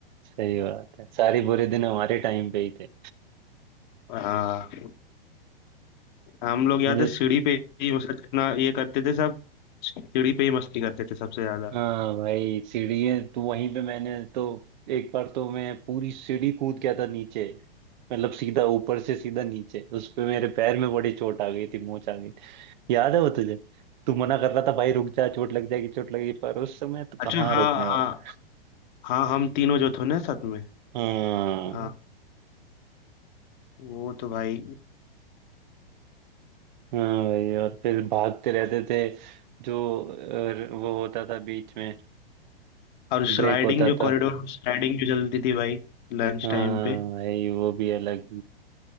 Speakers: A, on the right (about 50°); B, on the left (about 50°).
A: सही बात है सारे बुरे दिन हमारे टाइम पे ही थे
B: हाँ हम लोग याद
A: मुझे
B: है सीढ़ी पे ही मतलब इतना ये करते थे सब सीढ़ी पे ही मस्ती करते थे सबसे ज्यादा
A: हाँ भाई सीढ़ी तो वहीं पे मैंने तो एक बार तो मैं पूरी सीढ़ी कूद गया था नीचे मतलब सीधा ऊपर से सीधा नीचे उस पे मेरे पैर में बड़ी चोट आ गई थी मोच आ गई थी। याद है वो तुझे तू मना कर रहा था भाई रुक जा चोट लग जाएगी चोट लगेगी पर उस समय तो
B: अच्छा
A: कहाँ
B: हाँ
A: रोकने वाला
B: हाँ हाँ हम तीनों जो थे ना साथ में
A: हाँ
B: हाँ वो तो भाई
A: हाँ भाई और फिर भागते रहते थे जो अ, वो होता था बीच में
B: और स्लाइडिंग
A: ब्रेक होता
B: जो
A: था
B: कॉरिडोर स्लाइडिंग जो चलती थी भाई लंच
A: हाँ
B: टाइम पे
A: भाई वो भी अलग